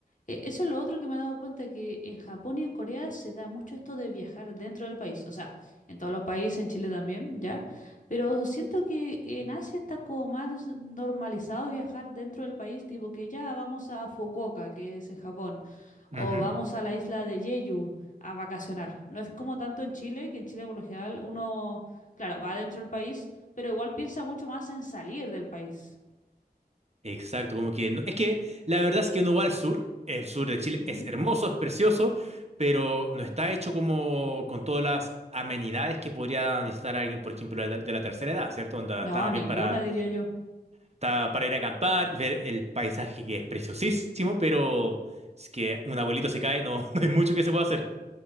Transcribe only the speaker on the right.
Ujú.
Exacto, como que no- es que la verdad es que uno va al sur, el sur de Chile
es hermoso, es precioso, pero no está hecho como con todas las amenidades que podría necesitar alguien, por ejemplo, de, de la tercera edad, ¿cierto? Onda,
está más
bien para,
está para ir a acampar, ver el paisaje que es preciosísimo, pero es que un abuelito se cae, no, <laughs> no hay mucho que se pueda hacer.